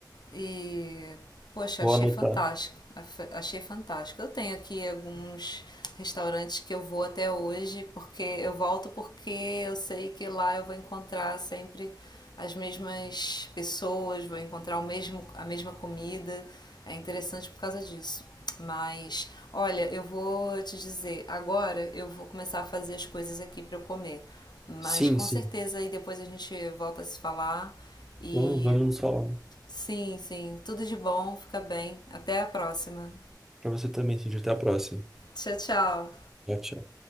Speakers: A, on the left (about 75°); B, in the centre.
A: e, poxa,
B: Vou
A: achei
B: anotar.
A: fantástico. Afe- Achei fantástico. Eu tenho aqui alguns restaurantes que eu vou até hoje, porque eu volto porque eu sei que lá eu vou encontrar sempre as mesmas pessoas, vou encontrar o mesmo, a mesma comida. É interessante por causa disso. Mas, olha, eu vou te dizer, agora eu vou começar a fazer as coisas aqui para eu comer. Mas
B: Sim,
A: com
B: sim.
A: certeza aí depois a gente volta a se falar e
B: Vamos, vamos nos falar.
A: Sim, sim. Tudo de bom, fica bem. Até a próxima.
B: Pra você também, sim. Até a próxima.
A: Tchau, tchau.
B: Tchau, tchau.